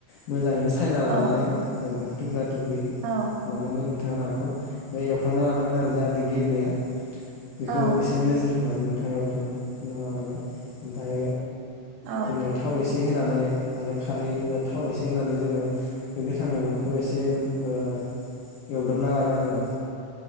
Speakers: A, on the left; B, on the right.
A: मोजाङैनो सायना लानानै
B: औ
A: ओफ्राय <unintelligible> थख्रि
B: औ
A: खालामनानै नोंथां नाखौ बे एवखांना लानांगोन आरो जाहाथे गेब्लेया बेखौ
B: औ
A: एसे नोजोर होनानै थावयावफ्रोम लानांगोन ओमफ्राय
B: औ
A: जोंनिया थाव एसे होनानै आरो खारै थाव एसे होनानै जोङो बेनि गोथां मैगंखौ एसे एवदबना लागोन आरो